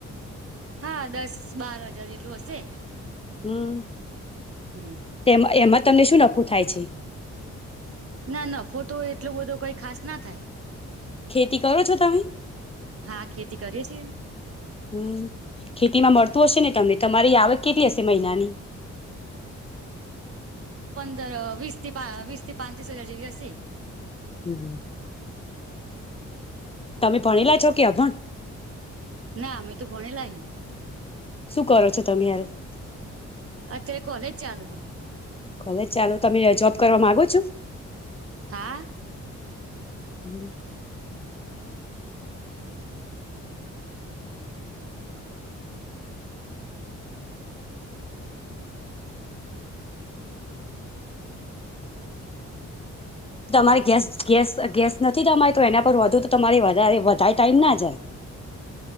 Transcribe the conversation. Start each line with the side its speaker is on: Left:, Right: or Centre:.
Right: હા, દસ-બાર હજાર જેટલું હશે.
Left: હમ્મ,
Right: હમ
Left: તેમાં-એમાં તમને શું નફો થાય છે.
Right: ના, નફો તો એટલો બધો કઈ ખાસ ના થાય.
Left: ખેતી કરો છો તમે?
Right: હા ખેતી કરીએ છીએ
Left: હમ્મ, ખેતી માં મળતું
Right: હા
Left: હશે ને તમે તમારી આવક કેટલી હશે મહિનાની?
Right: અઅ વીસ થી પા વીસ થી પાચ ત્રીસ હજાર જેવી હશે.
Left: હમ્મ. તમે ભણેલા છો કે અભણ?
Right: ના અમે તો ભણીલા હાઇ.
Left: શું કરો છો તમે હાલમાં?
Right: અત્યારે કોલેજ ચાલુ હ
Left: કોલેજ ચાલો તમે આ જોબ કરવા માગો છું?
Right: હા.
Left: હમ્મ. તમારે ગેસ-ગેસ-ગેસ નથી તમારે? તો એના પર વધુ તો તમારી વધારે વળ કાંઇ ટાઈમ ના જાય.